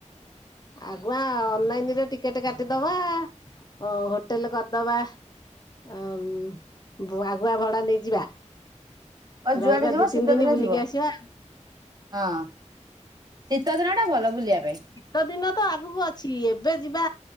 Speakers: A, on the left; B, on the right.
A: ଆଗୁଆ ଅନଲାଇନରେ ଟିକେଟ କାଟିଦବା ହୋ ହୋଟେଲ କରିଦବା ଆମ୍ ଆଗୁଆ ଭଡା ନେଇଯିବା।
B: ଆ ଯୁଆଡେ
A: ରହିବା
B: ଯିବ
A: ଦି
B: ଶୀତ
A: ତିନି ଦିନ
B: ଦିନେ
A: ବୁଲିକି
B: ଯିବ।
A: ଆସିବା
B: ହଁ ଶୀତ ଦିନ ଟା ଭଲ ବୁଲିବା ପାଇଁ।
A: ଶୀତ ଦିନ ତ ଆଗୁକୁ ଅଛି ଏବେ ଯିବା